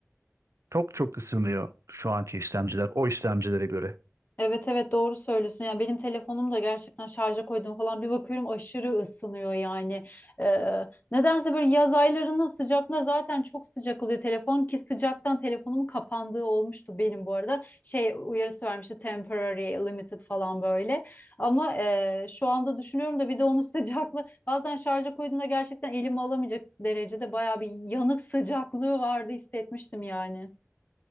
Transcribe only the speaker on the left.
Evet evet doğru söylüyorsun. Ya benim telefonum da gerçekten şarja koydum falan bir bakıyorum aşırı ısınıyor yani. Ee, nedense böyle yaz aylarının sıcaklığı zaten çok sıcak oluyor telefon ki sıcaktan telefonumun kapandığı olmuştu benim bu arada. Şey uyarısı vermişti temporary limited falan böyle. Ama e, şu anda düşünüyorum da bir de onun <laughs> sıcaklığı bazen şarja koyduğumda gerçekten elimi alamayacak derecede bayağı bir yanık sıcaklığı vardı hissetmiştim yani.